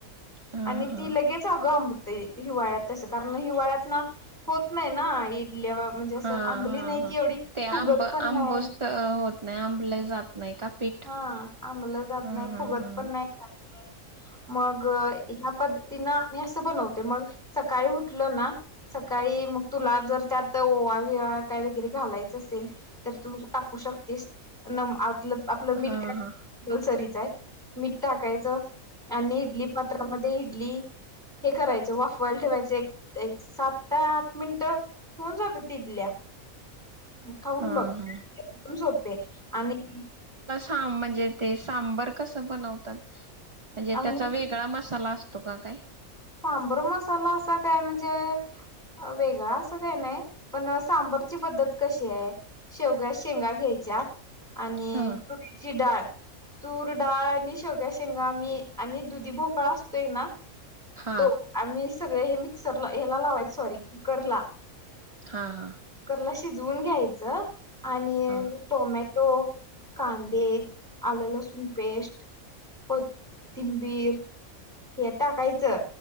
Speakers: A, on the right; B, in the centre.
A: हा
B: आणि
A: हा
B: ती लगेच अगं आंबत ते हिवाळ्यात तसं कारण हिवाळ्यात ना होत नाही ना हि हिल्यावर म्हणजे असं
A: हा
B: आंबली
A: हा
B: नाही
A: हा
B: की एवढी
A: ते
B: फुगत
A: आंब आंबूस
B: पण नाही
A: होत नाही आंबलं जात नाही का पीठ
B: हा आंबलं जात
A: ह
B: नाही
A: ह
B: फुगत
A: ह
B: पण नाही मग ग ह्या पद्धतीनं मी असं बनवते मग सकाळी उठलं ना सकाळी मग तुला जर त्यात ओवा-विवा काय वगैरे घालायचं असेल तर तू टाकू शकतेस नम आतलं आपलं मीठ
A: हा
B: काय
A: हा
B: कपल्सरीचा आहे? मीठ टाकायचं आणि इडली पात्रामध्ये इडली हे करायचं वाफवायला ठेवायचं एक एक सात ते आठ मिनिटं होऊन जात तिथल्या खाऊन
A: हा
B: बघ
A: हा
B: का सोपे आणि
A: हां म्हणजे ते सांबर कस बनवतात म्हणजे
B: आम्ही
A: त्याचा वेगळा मसाला असतो तो का काय?
B: सांबर मसाला असा काय म्हणजे वेगळा असं काय नाही पण सांबरची पद्धत कशी आहे शेवग्या शेंगा घ्यायच्या आणि
A: हा
B: तुरीची डाळ तूर डाळ आणि शेवग्या शेंगा मी आणि दुधी भोपळा असतोय ना
A: हा
B: तो आम्ही सगळ हे मिक्सरला ह्याला लावायच सॉरी कुकर ला
A: हा हा
B: कुकर ला शिजवून घ्यायचं आणि
A: हा
B: टोमॅट तो कांदे आलं लसूण पेस्ट कोथिंबीर हे टाकायचं